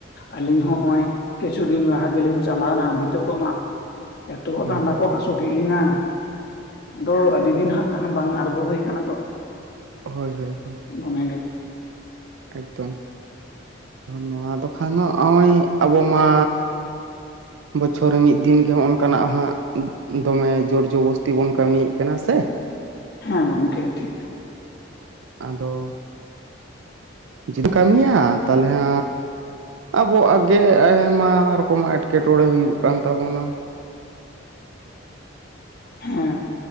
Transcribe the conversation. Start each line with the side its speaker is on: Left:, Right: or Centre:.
Left: ᱟᱹᱞᱤᱧ ᱦᱚᱸ ᱦᱚᱭ ᱠᱤᱪᱷᱩ ᱫᱤᱱ ᱞᱟᱦᱟ ᱜᱮᱞᱤᱧ ᱪᱟᱞᱟᱣᱱᱟ ᱵᱷᱤᱛᱟᱹ ᱠᱚ ᱢᱟᱜᱼᱼ ᱮᱛᱚ
Right: ᱦᱳᱭ
Left: ᱫᱟᱸᱰᱟ
Right: ᱦᱳᱭ
Left: ᱠᱚ ᱦᱟᱹᱥᱩ ᱠᱮᱜᱞᱤᱧᱟᱼᱼ ᱟᱫᱚ ᱟᱹᱰᱤ ᱫᱤᱱ ᱦᱟᱸᱜ ᱠᱟᱱ ᱵᱟᱝ ᱟᱬᱜᱚ ᱦᱳᱭ ᱠᱟᱱᱟ ᱛᱚ
Right: ᱦᱳᱭ ᱦᱳᱭ ᱦᱳᱭ᱾
Left: ᱚᱱᱮ ᱜᱮ,
Right: ᱮᱠᱫᱚᱢ ᱱᱚᱣᱟ ᱫᱚ᱾ ᱠᱷᱟᱱ ᱱᱚᱜᱼᱚᱭ ᱟᱵᱚ ᱢᱟᱼᱼ ᱵᱚᱪᱷᱚᱨ ᱨᱮ ᱢᱤᱫ ᱫᱤᱱ ᱜᱮ ᱦᱚᱸᱜᱼ ᱱᱚᱝᱠᱟᱱᱟᱜ ᱦᱟᱸᱜ ᱫᱚᱢᱮ ᱡᱳᱨᱡᱚᱵᱚᱥᱛᱤ ᱵᱚᱱ ᱠᱟᱹᱢᱤᱭᱮᱜ ᱠᱟᱱᱟ ᱥᱮ ᱾
Left: ᱦᱮᱸ ᱜᱚᱢᱠᱮ ᱴᱷᱤᱠ
Right: ᱟᱫᱚ ᱾ ᱡᱩᱫᱤᱢ ᱠᱟᱹᱢᱤᱭᱟ ᱛᱟᱦᱚᱞᱮ ᱦᱮᱻ ᱟᱵᱚ ᱟᱜᱮ ᱟᱭᱢᱟ ᱨᱚᱠᱚᱢᱟᱜ ᱮᱸᱴᱠᱮᱴᱚᱬᱮ ᱦᱩᱭᱩᱜ ᱠᱟᱱ ᱛᱟᱵᱚᱱᱟ᱾
Left: ᱦᱮᱸ